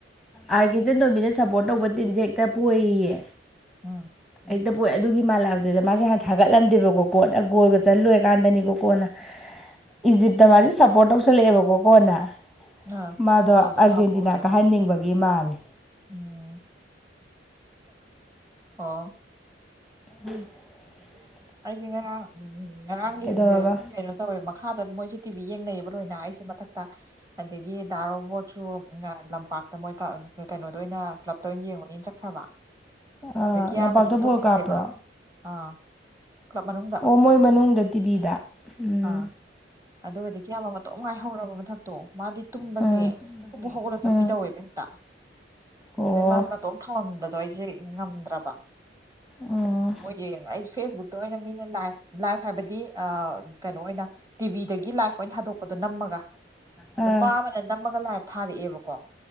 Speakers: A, in the centre; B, on the right.
A: ꯑꯥꯔ ꯀꯦ ꯆꯟꯗꯣꯕꯤꯅ ꯁꯞꯄꯣꯔꯠ ꯇꯧꯕ ꯇꯤꯝꯁꯦ ꯍꯦꯛꯇ ꯄꯨꯌꯦ
B: ꯎꯝ
A: ꯍꯦꯛꯇ ꯄꯣꯏ ꯑꯗꯨꯒꯤ ꯃꯥꯜꯂꯛꯑꯁꯤꯗ ꯃꯥꯁꯦ ꯍꯥꯟꯅ ꯊꯥꯒꯠꯂꯝꯗꯦꯕꯀꯣ ꯀꯣꯟꯅ ꯒꯣꯜꯒ ꯆꯠꯂꯣꯏꯀꯥꯟꯗꯅꯤꯀꯣ ꯀꯣꯟꯅ ꯏꯖꯤꯞꯇ ꯃꯥꯗꯤ ꯁꯄꯣꯔꯠ ꯆꯜꯂꯛꯑꯦꯕꯀꯣ ꯀꯣꯟꯅ
B: ꯑꯥ
A: ꯃꯥꯗꯣ
B: ꯍꯣ ꯑꯗꯨ
A: ꯑꯥꯔꯖꯦꯟꯇꯤꯅꯥ
B: ꯃꯥ ꯄꯣꯈ꯭ꯔꯦꯕ
A: ꯀꯥꯍꯟꯅꯤꯡꯕꯒꯤ ꯃꯥꯜꯂꯦ
B: ꯎꯝ ꯑꯣ
A: ꯎꯝ <inaudible>
B: ꯑꯩꯗꯤ ꯉꯥꯔꯥꯡꯒꯤ
A: ꯀꯩꯗꯧꯔꯕ
B: ꯀꯩꯅꯣ ꯇꯧꯋꯦ ꯃꯈꯥꯗ ꯃꯣꯏꯁꯦ ꯇꯤꯚꯤ ꯌꯦꯡꯅꯩꯌꯦꯕ ꯂꯣꯏꯅ ꯑꯩꯁꯦ ꯃꯊꯛꯇ ꯑꯗꯒꯤ ꯗꯥꯔꯣꯕꯣꯠꯁꯨ ꯂꯝꯄꯥꯛꯇ ꯃꯣꯏ ꯀꯩꯅꯣꯗ ꯑꯣꯏꯅ ꯀ꯭ꯂꯞꯇ ꯑꯣꯏꯅ ꯌꯦꯡꯉꯨꯅꯤꯅ ꯆꯠꯈ꯭ꯔꯕ
A: ꯑ
B: ꯑꯗꯩ ꯀꯤꯌꯥꯝꯕꯗꯤ
A: ꯂꯝꯄꯥꯛꯇ
B: ꯇꯨꯝꯈ꯭ꯔꯦꯕ
A: ꯄꯣꯜ ꯀꯥꯞꯄ꯭ꯔꯣ
B: ꯑꯥ ꯀ꯭ꯂꯕ ꯃꯅꯨꯡꯗ
A: ꯑꯣ ꯃꯣꯏ ꯃꯅꯨꯡꯗ ꯇꯤꯕꯤꯗ ꯎꯝ
B: ꯑꯥ ꯑꯗꯨꯒꯗꯤ ꯀꯌꯥꯝ ꯑꯃ ꯃꯇꯣꯛ ꯉꯥꯏꯍꯧꯔꯕ ꯃꯊꯛꯇꯣ ꯃꯥꯗꯤ ꯇꯨꯝꯕꯁꯦ
A: ꯎꯝ
B: ꯐꯨꯛ ꯐꯨꯛ ꯍꯧꯒꯠꯂꯒ ꯆꯠꯄꯤ
A: ꯎꯝ
B: ꯇꯧꯋꯦꯕ ꯍꯦꯛꯇ
A: ꯑꯣ
B: ꯑꯗꯩ ꯃꯥꯁꯦ ꯃꯇꯣꯝ ꯊꯝꯃꯝꯕꯗꯣ ꯑꯩꯁꯦ ꯉꯝꯗ꯭ꯔꯕ
A: ꯎꯝ
B: ꯃꯣꯏꯒꯤ ꯑꯩ ꯐꯦꯁꯕꯨꯛ ꯃꯤꯅ ꯂꯥꯏꯐ ꯂꯥꯏꯐ ꯍꯥꯏꯕꯗꯤ ꯑ ꯀꯩꯅꯣ ꯑꯣꯏꯅ ꯇꯤꯚꯤꯗꯒꯤ ꯂꯥꯏꯐ ꯑꯣꯏꯅ ꯊꯥꯗꯣꯛꯄꯗꯣ ꯅꯝꯃꯒ
A: ꯑꯥ
B: ꯅꯨꯄꯥ ꯑꯃꯅ ꯅꯝꯃꯒ ꯂꯥꯏꯐ ꯊꯥꯔꯛꯑꯦꯕꯀꯣ